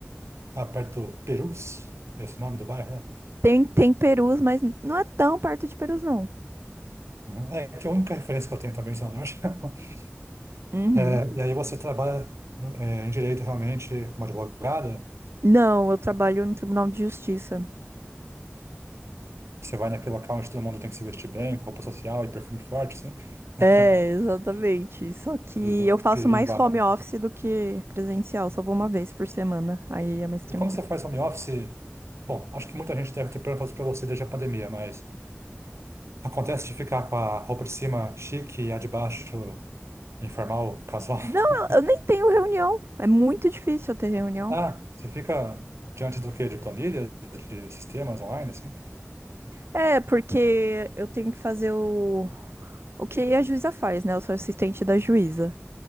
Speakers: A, on the right; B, on the right.
A: Ah, perto do Perus, esse é nome do bairro, né?
B: Tem, tem Perus, mas não é tão perto de Perus, não.
A: Uhum. É que a única referência que eu tenho também de Zona Norte. <laughs>
B: Uhum.
A: É, e aí você trabalha é, em direito realmente como advogada,
B: Não, eu trabalho no Tribunal de Justiça.
A: você vai naquele local onde todo mundo tem que se vestir bem, com roupa social e perfume forte, assim,
B: É,
A: <laughs>
B: exatamente. Só que
A: e usar
B: eu faço
A: aquele
B: mais
A: vinho embaixo.
B: home office do que presencial. Só vou uma vez por semana. Aí é mais tranquilo.
A: E como você faz home office, bom, acho que muita gente deve ter perguntado para você desde a pandemia, mas acontece de ficar com a roupa de cima chique e a de baixo informal, casual? <laughs>
B: Não, eu, eu nem tenho reunião. É muito difícil eu ter reunião.
A: Ah, você fica diante do quê? De planilhas, de sistemas online, assim?
B: É, porque eu tenho que fazer o, o que a juíza faz, né? Eu sou assistente da juíza.